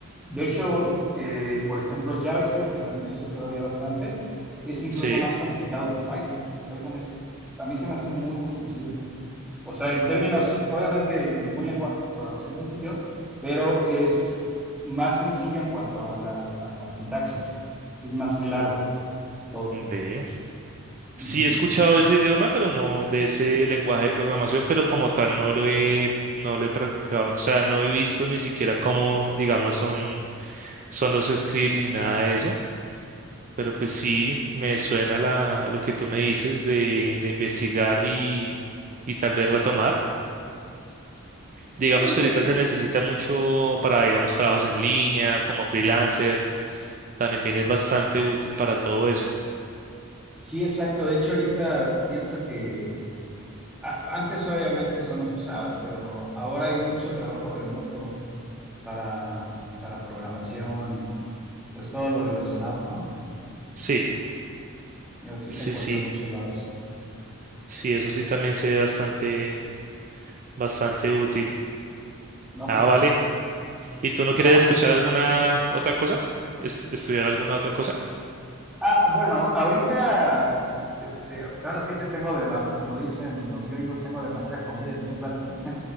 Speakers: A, in the centre; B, on the right.
A: De hecho, eh, por ejemplo, JavaScript, que también se usa todavía bastante, es incluso
B: Sí,
A: más complicado que Python. Y Python es, a mí se me hace muy, muy sencillo. O sea, en términos, obviamente, ningún lenguaje de programación es sencillo, pero es más sencillo en cuanto a la, a la sintaxis. Es más claro todo.
B: ve.
A: Ujú.
B: Sí he escuchado ese idioma, pero no de ese lenguaje de programación, pero como tal no lo he, no lo he practicado. O sea, no he visto ni siquiera cómo, digamos, son, son los scripts ni nada de eso. Pero pues sí, me suena la, lo que tú me dices de, de investigar y, y tal vez retomar. Digamos
A: Sí, digo,
B: que ahorita se necesita mucho para, digamos, trabajos en línea, como freelancer. También es bastante útil para todo eso.
A: sí, exacto. De hecho, ahorita pienso que a- antes obviamente eso no se usaba, pero ahora hay mucho trabajo remoto para, para programación y pues todo lo relacionado, ¿no?
B: Sí,
A: Pero sí
B: sí,
A: se encuentra
B: sí.
A: en muchos lados.
B: Sí, eso sí también se ve bastante Bastante útil.
A: No,
B: Ah,
A: pues
B: vale.
A: eh,
B: ¿Y tú no
A: está
B: quieres
A: muy
B: escuchar
A: bien.
B: alguna otra cosa? ¿Est- ¿Estudiar alguna otra cosa?
A: Ah, bueno, ahorita, este, ahora sí que tengo de más, como dicen los gringos, tengo demasiada comida en mi plato.